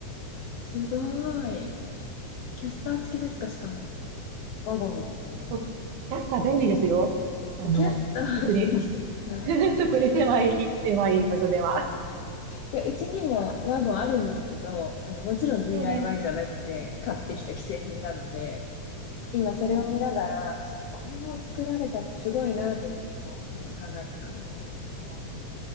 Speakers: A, on the left; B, on the right.
A: すごい。キャスター付きですか、しかも。ワゴンですもんね。
B: そう、キャスター便利ですよ。あの、
A: キャスター付き便利です。
B: 特に、
A: はい。
B: <laughs> 特に狭い、狭い場所では。
A: いや、うちにもワゴンあるんですけど、あの、もちろん DIY
B: ええ
A: じゃなくて、買ってきた既製品なので、今それを見ながら、
B: うん、
A: これを作られたってすごいなと思って、こう、今考えてたんですけれども。